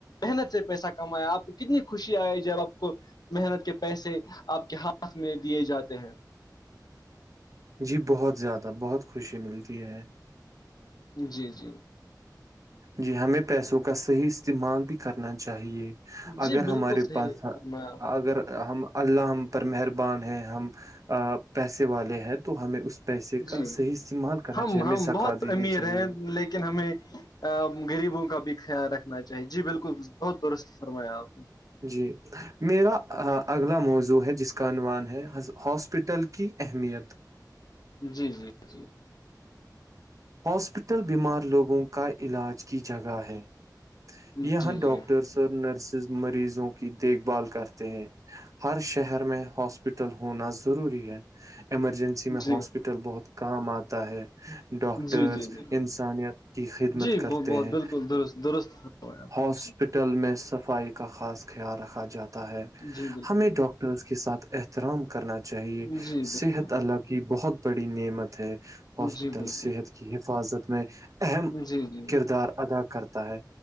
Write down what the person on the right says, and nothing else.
جی بہت زیادہ بہت خوشی ملتی ہے
جی ہمیں پیسوں کا صحیح استعمال بھی کرنا چاہیے اگر
ہمارے
پاس
اگر ہم اللہ ہم پر مہربان ہیں ہم پیسے والے ہیں تو ہمیں اس پیسے کا
صحیح استعمال کرنا
چاہیے
ہمیں زکا
دینی
چاہیے
جی میرا اگلا موضوع ہے جس کا عنوان ہے ہاسپٹل کی اہمیت
ہاسپٹل بیمار لوگوں کا علاج کی جگہ ہے
یہاں
ڈاکٹرس نرسز مریضوں کی دیکھ بھال کرتے ہیں ہر شہر میں ہاسپیٹل ہونا ضروری ہے ایمرجنسی
میں ہاسپٹل بہت کام آتا ہے ڈاک ڈاکٹرس
انسانیت کی خدمت
کرتے
ہیں
ہاسپٹل
میں صفائی کا خاص خیال رکھا جاتا ہے
ہمیں ڈاکٹر ڈٹرس کے ساتھ احترام کرنا چاہیے
صحت اللہ کی بہت بڑی نعمت ہے ہاسپٹل
صحت کی حفاظت میں اہم
کردار ادا کرتا ہے